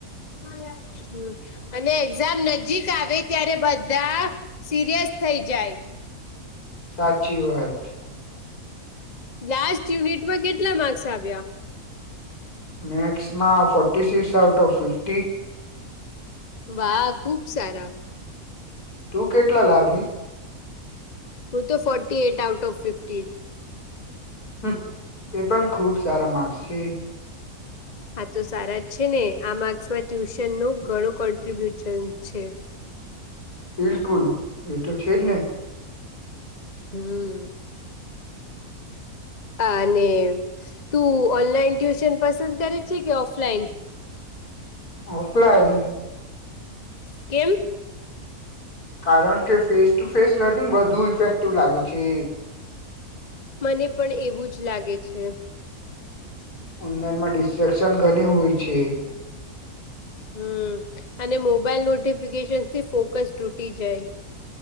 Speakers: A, on the left; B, on the left.
A: ના યાર. હમ્મ અને એક્ઝામ નજીક આવે ત્યારે બધા સિરયસ થઈ જાય.
B: સાચી વાત.
A: લાસ્ટ યુનિટમાં કેટલા માર્ક્સ આવ્યા?
B: મેક્સમાં forty six out of fifty.
A: વાહ ખુબ સારા.
B: તું કેટલા લાવી?
A: હું તો ફોર્ટીએટ આઉટ ઓફ ફિફ્ટી.
B: હમ્મ તે પણ ખુબ સારા માર્ક્સ છે.
A: હા તો સારા જ છે ને આ માર્ક્સમાં ટ્યુશનનું ઘણું કોન્ટ્રિબ્યુશન છે.
B: બિલકુલ એ તો છે જ ને.
A: હમ્મ. અને તું ઓનલાઈન ટ્યુશન પસંદ કરે છે કે ઓફલાઈન?
B: ઓફલાઈન.
A: કેમ?
B: કારણ કે ફેસ ટુ ફેસ લર્નિંગ વધુ ઇફેક્ટિવ લાગે છે.
A: મને પણ એવું જ લાગે છે.
B: ઓનલાઈનમાં ડિસ્ટ્રેક્શન ઘણી હોય છે.
A: હમ્મ અને મોબાઈલ નોટિફિકેશનથી ફોકસ તૂટી જાય.